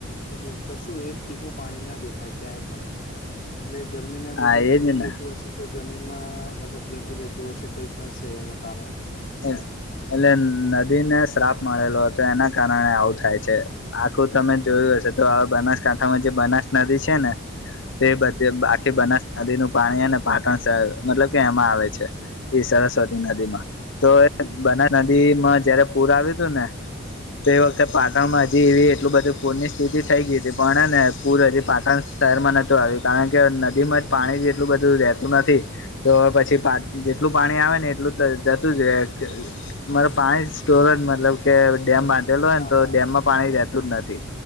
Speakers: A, on the left; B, on the left.
A: મતલબ કશું એક ટીપું પાણી ના દેખાય ક્યાંય પણ એટલે ગરમી ના લીધે
B: હા
A: નીકળી
B: એજ ને
A: જતુ, હશે કે જમીનમાં મતલબ જતુ, રહેેતું હશે કઈક હશે એનું કારણ
B: એટલે નદીને શ્રાપ મળેલો હતો એના કારણે આવું થાય છે. આખું તમે જોયું હશે તો બનાસકાંઠામાં જે બનાસ નદી છે ને. તે બધે બાખી બનાસ નદીનું પાણી ને પાટણ શર મતલબ કે એમાં આવે છે. ઈ સરસ્વતી નદી માં તો બનાસ નદી માં જયારે પૂર આવ્યું હતું ને. તો એ વખતે પાટણમાં
A: હમ
B: હજી એવી. એટલું બધું પૂરની સ્થિતિ થઈ ગઈ હતી પણ ને પૂર હજી પાટણ શહેરમાં નહોતું આવ્યું કારણ કે નદીમાં જ. પાણી જેટલું બધું રહેતું નથી તો પછી પા જેટલું પાણી આવે ને એટલું. મારા પાંચ સ્ટોર મતલબ. કે ડેમ બાંધેલો
A: અચ્છા
B: હોય ને તો
A: હા
B: ડેમમાં પાણી રહેતું જ નથી.